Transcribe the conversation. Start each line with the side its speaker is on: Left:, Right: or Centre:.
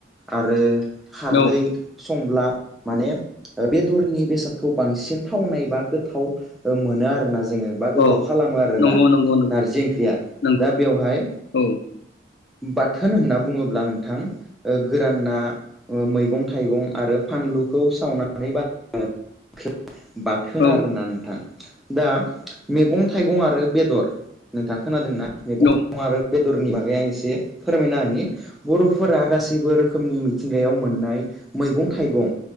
Centre: आरो खारदै
Left: औ
Centre: संब्ला माने बेदरनि बेसादखौ बांसिन थावनाय बा गोथाव ओ मोनो आरोना जोङो बा गोथाव
Left: औ
Centre: खालामोआरोना
Left: नंगौ नंगौ नंगौ
Centre: नार्जि ओंख्रिआ
Left: नंगौ
Centre: दा बेयावहाय
Left: औ
Centre: बाथोन होनना बुङोब्ला नोंथां गोरान ना मैगं थाइगं आरो फानलुखौ सावनानै बा <unintelligible> बाथोन
Left: औ
Centre: आरोना नोंथां दा मेगं थाइगं आरो बेदर नोंथां खोनादों ना मेगंं
Left: औ
Centre: थाइगं आरो बेदरनि बागै आं एसे फोरमायना होनि बरफोरा गासैबो रोखोमनि मिथिंगायाव मोननाय मैगं थाइगं